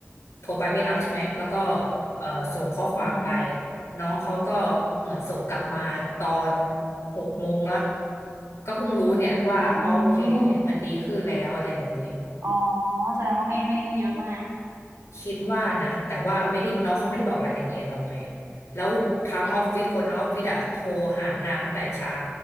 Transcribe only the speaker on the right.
อืม
อืม
อ๋อแสดงว่าไม่ไม่ไม่เยอะมาก